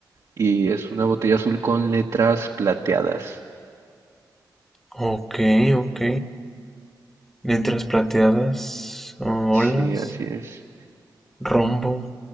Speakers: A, on the right; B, in the centre.
A: y es una botella azul con letras plateadas.
B: Ok, ok. Letras plateadas, olas,
A: Sí, así es.
B: rombo.